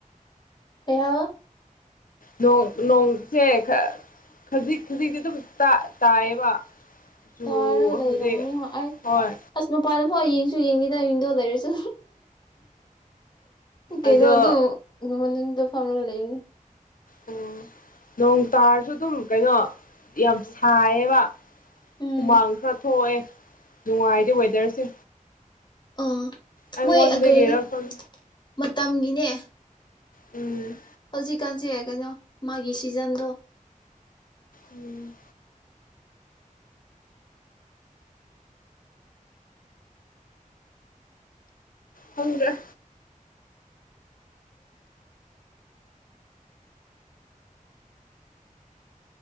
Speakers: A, on the left; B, on the left.
A: ꯀꯌꯥꯕ
B: ꯅꯣꯡ ꯅꯣꯡꯁꯦ ꯈ ꯈꯖꯤꯛ ꯈꯖꯤꯛꯇꯤ ꯑꯗꯨꯝ ꯇꯥꯏꯌꯦꯕ ꯆꯨ
A: ꯇꯥꯔꯒ ꯂꯩꯔꯝꯅꯤ
B: ꯍꯧꯖꯤꯛ
A: ꯍꯣꯏ ꯑꯩ
B: ꯍꯣꯏ
A: ꯑꯁ ꯃꯄꯥꯟꯗ ꯐꯥꯎ ꯌꯦꯡꯁꯨ ꯌꯦꯡꯉꯗ ꯃꯤꯡꯗꯣ ꯂꯩꯔꯁꯨ ꯀꯩꯩꯅ
B: ꯑꯗꯣ
A: ꯑꯗꯨ ꯉꯨꯃꯟꯗ ꯐꯔ ꯂꯩ
B: ꯑꯣꯝ ꯅꯣꯡ ꯇꯥꯔꯁꯨ ꯑꯗꯨꯝ ꯀꯩꯅꯣ ꯌꯥꯝ ꯁꯥꯏꯌꯦꯕ
A: ꯎꯝ
B: ꯍꯨꯃꯥꯡ ꯈꯔ ꯊꯣꯛꯑꯦ ꯅꯨꯡꯉꯥꯏꯗꯤꯦ ꯋꯦꯗꯔꯁꯦ
A: ꯑꯣ
B: ꯑꯩꯉꯣꯟꯗꯒꯤꯔ
A: ꯃꯣꯏ ꯀꯩꯅꯣ
B: ꯈꯪ
A: ꯃꯇꯝꯒꯤꯅꯦ
B: ꯎꯝ
A: ꯍꯧꯖꯤꯛꯀꯥꯟꯁꯦ ꯀꯩꯅꯣ ꯃꯥꯒꯤ ꯁꯤꯖꯟꯗꯣ
B: ꯎꯝ ꯍꯒ
A: <unintelligible>